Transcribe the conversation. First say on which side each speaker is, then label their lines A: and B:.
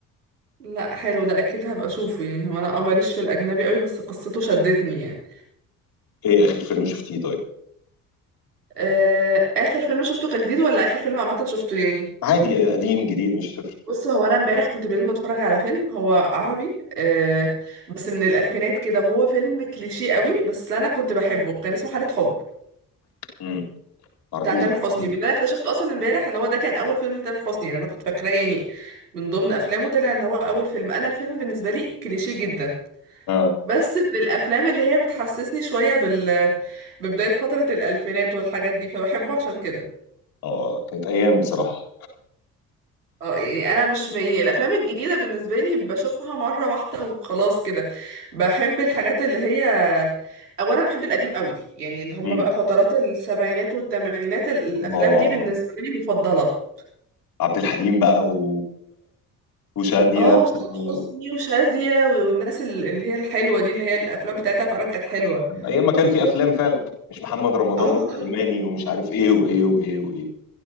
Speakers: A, on the right (about 85°); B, on the left (about 50°).
A: لا حلو ده اكيد هبقى اشوفه يعني هو انا اه ماليش في الاجنبي قوي بس قصته شدتني يعني
B: إيه آخر فيلم شفتيه طيب؟
A: آه اخر فيلم شفته كان جديد ولا اخر فيلم عامه شفته يعني
B: عادي آه، قديم جديد مش هتفرق
A: بص هو انا امبارح كنت بالليل بتفرج على فيلم هو عربي آه بس من الالفينات كده وهو فيلم كليشيه قوي بس انا كنت بحبه كان اسمه حالة حب
B: امم معرفوش
A: بتاع تامر حسني
B: ده.
A: واللي انا اكتشفته اصلا امبارح ان هو ده كان اول فيلم لتامر حسني يعني انا كنت فاكراه يعني من ضمن افلامه طلع ان هو اول فيلم انا الفيلم بالنسبه لي كليشيه جدا
B: آه
A: بس من الافلام اللي هي بتحسسني شويه بال ببدايه فتره الالفينات والحاجات دي فبحبه عشان كده
B: آه كانت أيام بصراحة
A: اه يعني انا مش م... يعني الافلام الجديده بالنسبه لي بشوفها مره واحده وخلاص كده بحب الحاجات اللي هي اولا بحب القديم قوي يعني اللي هم
B: امم
A: بقى فترات السبعينات والثمانينات الافلام
B: الله
A: دي بالنسبه لي مفضله
B: عبد الحليم بقى و... وشادية
A: اه وسعاد
B: و...
A: حسني وشادية والناس ال- اللي هي الحلوة دي اللي هي الأفلام بتاعتها فعلا كانت حلوة
B: أيام ما كان في أفلام فعلا مش محمد رمضان
A: اه
B: والألماني
A: اه
B: ومش عارف إيه وإيه وإيه وإيه